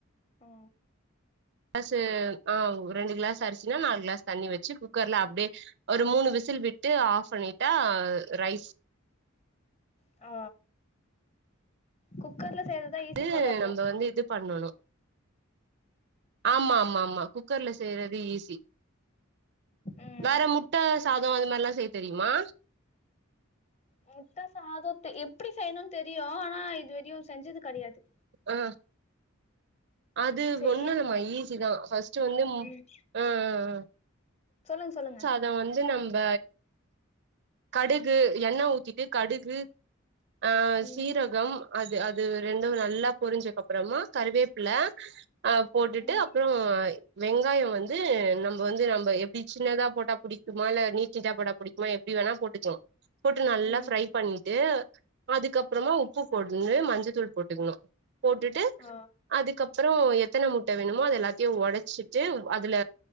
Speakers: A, on the left; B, on the right.
A: ஓ
B: கிளாஸ்ஸு அ ரெண்டு கிளாஸ் அரிசின்னா நாலு கிளாஸ் தண்ணி வெச்சு குக்கர்ல அப்டியே ஒரு மூனு விசில் விட்டு ஆஃப் பண்ணிட்டா ரைஸ்
A: ஆ குக்கர்ல ஈஸி
B: து
A: போல அப்போ
B: நம்ம வந்து இது பண்ணனு ஆமா ஆமா ஆமா குக்கர்ல செய்றது ஈஸி
A: ம்
B: வேற முட்ட சாதோ அந்த மாரில்லா செய்ய தெரியுமா
A: முட்ட சாதோ தெ எப்டி செய்யனுன் தெரியு ஆனா இது வெறியு செஞ்சது கெடயாது
B: அ அது
A: செய்
B: ஒன்னுலமா ஈஸி தா ஃபர்ஸ்ட்டு வந்து மு
A: ம்
B: அ அ அ
A: சொல்லுங்க சொல்லுங்க
B: இத வந்து நம்ப கடுகு எண்ண ஊத்திட்டு கடுகு அ
A: ம்
B: சீரகம் அது அது ரெண்டு நல்லா பொரிஞ்சக்கப்பறமா கருவேப்பில அ போட்டுட்டு
A: ம்
B: அப் ப்றோ வெங்காயொ வந்து நம்ப வந்து நம்ப எப்டி சின்னதா போட்டா புடிக்குமா இல்ல நீட் நீட்டா போட்டா புடிக் மா எப்டி வேணா போட்டுக்லா போட்டு நல்லா
A: ம்
B: ஃப்ரை பண்ணிட்டு அதுக்கப்றமா உப்பு போட்டுன்னு மஞ்சத்தூள் போட்டுக்னு போட்டுட்
A: அ
B: அதுக்கப்றோ எத்தன முட்ட வேணுமோ அது எல்லாத்தையு ஒடச்சிட்டு அதுல